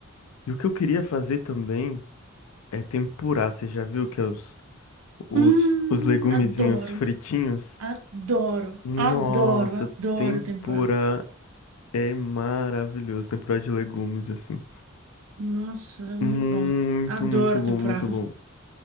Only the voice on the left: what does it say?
E o que eu queria fazer também é tempurar. Você já viu que é os, os,
os legumezinhos
fritinhos?
Nossa,
tempura
é maravilhoso. Tempura de legumes, assim.
Muito,
muito bom,
muito bom.